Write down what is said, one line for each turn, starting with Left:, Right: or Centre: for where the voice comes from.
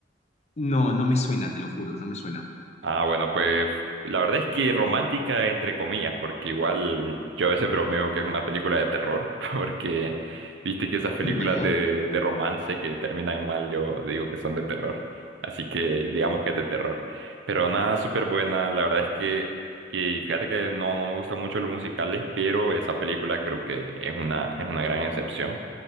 Left: No, no me suena, te lo juro, no me suena.
Right: Ah, bueno, pues la verdad es que romántica entre comillas, porque igual yo a veces bromeo que es una película de terror, <laughs> porque viste que esas películas
Left: ¿Ya?
Right: de, de romance que terminan mal, yo digo que son de terror. Así que digamos que es de terror. Pero nada, súper buena, la verdad es que, y fíjate que no, no me gustan mucho los musicales, pero esa película creo que es una, es una gran excepción.